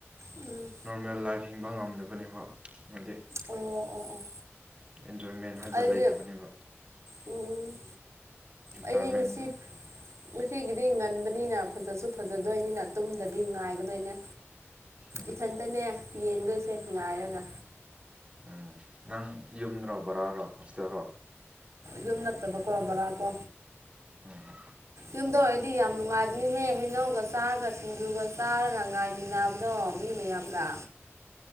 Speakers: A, on the right; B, on the right.
A: ꯎꯝ
B: ꯅꯣꯔꯃꯦꯜ ꯂꯥꯏꯐ ꯍꯤꯡꯕ ꯉꯝꯗꯕꯅꯦꯕ ꯃꯣꯏꯗꯤ
A: ꯑꯣ ꯑꯣ ꯑꯣ
B: ꯑꯦꯟꯖꯣꯏꯃꯦꯟ ꯍꯥꯏꯕ
A: ꯑꯗꯨꯗꯤ
B: ꯂꯩꯇꯕꯅꯦꯕ
A: ꯎꯝ
B: ꯔꯤꯇꯥꯌꯔꯃꯦꯟ
A: ꯑꯩꯗꯤ ꯉꯁꯤ ꯉꯁꯤꯒꯤꯗꯤ ꯉꯟ ꯕꯅꯤꯅ ꯐꯖꯁꯨ ꯐꯖꯗꯣꯏꯅꯤꯅ ꯇꯨꯝꯗꯕꯤ ꯉꯥꯏꯒꯗꯣꯏꯅꯦ
B: ꯎꯝ
A: ꯏꯊꯟꯇꯅꯦ ꯌꯦꯡꯗꫭꯏꯁꯦ ꯉꯥꯏꯔꯒ
B: ꯎꯝ ꯅꯪ ꯌꯨꯝꯗꯔꯣ ꯕꯣꯔꯥꯔꯣ ꯍꯣꯁꯇꯦꯜꯔꯣ
A: ꯌꯨꯝ ꯅꯠꯇꯕꯀꯣ ꯕꯔꯥ ꯀꯣ
B: ꯎꯝ
A: ꯌꯨꯝꯗ ꯑꯣꯏꯔꯗꯤ ꯌꯥꯝ ꯅꯨꯡꯉꯥꯏꯕꯅꯤꯍꯦ ꯍꯩꯅꯧꯒ ꯆꯥꯔꯒ ꯁꯤꯡꯖꯨꯒ ꯆꯥꯔꯒ ꯉꯥꯏꯃꯤꯟꯅꯕꯗꯣ ꯃꯤ ꯃꯤꯌꯥꯝꯒ